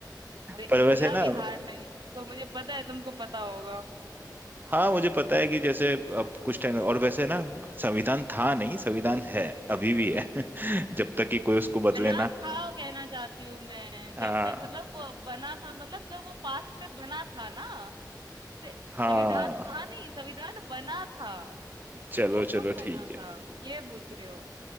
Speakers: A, on the right; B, on the right.
A: अरे
B: पर
A: इतना
B: वैसे ना
A: भी हार्ड नहीं है देखो मुझे पता है तुमको पता होगा
B: हाँ मुझे पता है कि जैसे अब कुछ टाइम और वैसे ना संविधान था नहीं संविधान है अभी भी है <laughs> जब तक कि कोई उसको बदले
A: बना
B: ना
A: था कहना चाहती हूँ मैं
B: हाँ
A: जब तक मतलब वो बना था मतलब जब वो पास्ट में बना था ना से-
B: हाँ
A: संविधान था नहीं संविधान बना था तो
B: चलो
A: वो
B: चलो
A: कब बना
B: ठीक
A: था
B: है
A: ये पूछ रही हो